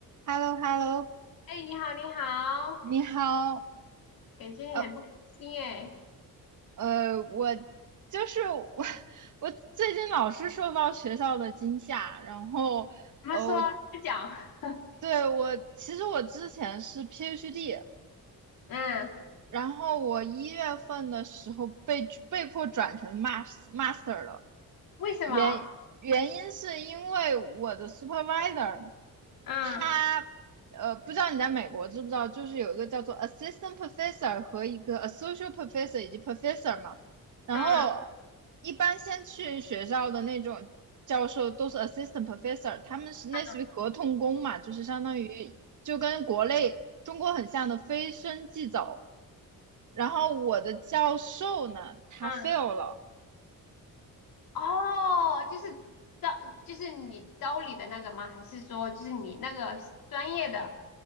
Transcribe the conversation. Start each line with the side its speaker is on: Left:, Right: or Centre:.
Right: h e l l o h e l l o
Left: 哎，你好，你好，
Right: 你好，
Left: 感觉你很不开心哎。
Right: 呃呃，我就是我，<laughs> 我最近老是受到学校的惊吓，然后呃，
Left: 怎么说？
Right: 我
Left: 再讲。<laughs>
Right: 对我其实我之前是 PhD，
Left: 嗯，
Right: 然后我一月份的时候被被迫转成 mas master 了，
Left: 为什么？
Right: 原原因是因为我的 supervisor
Left: 嗯
Right: 他呃不知道你在美国知不知道，就是有一个叫做 assistant professor 和一个 associate professor 以及 professor 嘛，然后
Left: 嗯
Right: 一般先去学校的那种教授都是 assistant professor，他们是类似于合同工嘛，
Left: 嗯。
Right: 就是相当于就跟国内中国很像的非升即走。然后我的教授呢，他
Left: 嗯，
Right: fail 了。
Left: 哦，就是招，就是你招你的那个吗？还是说就是你那个专业的？